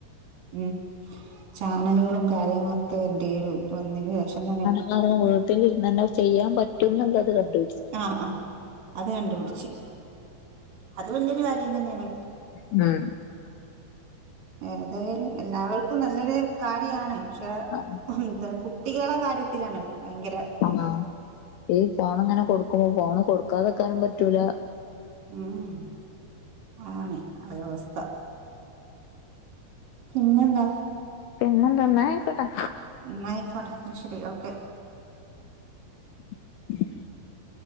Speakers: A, on the right; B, on the left.
A: ഉം ചാനലുകളും കാര്യങ്ങളൊക്കെ എന്തേ <unintelligible> വന്നിന് ശേഷം തന്നെണ്
B: <unintelligible> വീട്ടിൽ ഇരുന്നന്നെ ചെയ്യാൻ പറ്റും ന്ന്ള്ളത് കൊണ്ട്
A: ആഹ് ആഹ് അത് കണ്ട്പിടിച്ച് അത് വല്യുരു കാര്യം തന്നേണ്
B: ണാ <unintelligible>
A: ഏതായാലും എല്ലാവർക്കും നല്ലൊരു കാര്യാണ് പശേ
B: ആണ്
A: <unintelligible> ത്തെ കുട്ടികളെ കാര്യത്തിലാണ് ഭയങ്കര ഇത്
B: <unintelligible> ഈ ഫോണ്ങ്ങനെ കൊടുക്ക്ണെ ഫോണ് കൊടുക്കാതെക്കാനും പറ്റൂല
A: ഉം ഏഹ് അതാണെയ് <unintelligible> ആവസ്ഥ പിന്നെന്താ
B: പിന്നെന്താ ന്നാ ആയിക്കോട്ടെ
A: ന്ന ആയിക്കോട്ടെ അഹ് ശരി ഓക്കെ
B: <inaudible>